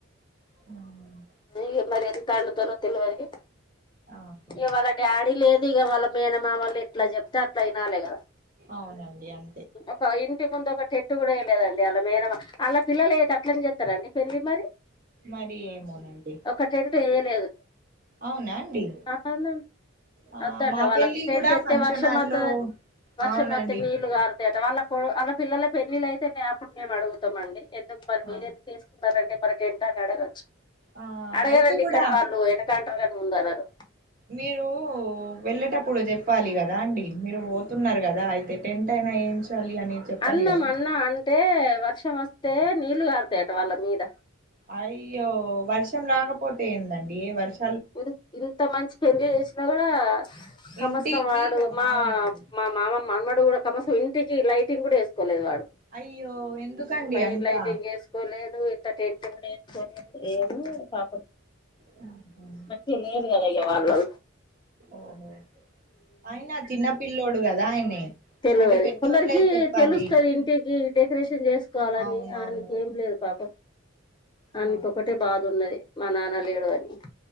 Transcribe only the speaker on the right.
మ్మ్
ఆహా
అవునండి అం
మరీ ఏమోనండి
అవునా అండి
ఆ
మా
పెళ్లి
కూడా ఫంక్షన్
హాల్లో
అవునండి
ఆ
ఆ
అయితే కూడా
మీరూ వెళ్ళేటప్పుడు చెప్పాలి గదా అండి మీరు పోతున్నరు గదా అయితే టెంట్ అయినా ఏయించ్ చాలి అని చెప్పాలి
కదా
అయ్యో వర్షం రాకపోతే ఏందండి వర్ష
ఇంటికి
ర-
అవునండి
అయ్యో ఎందుకండి
అంతా
రాంపం
ఓహో అయిన చిన్న పిల్లోడు కద ఆయనే
అయితే పెద్దోళ్ళే
చెప్పాలి
అవునవును
ఆ,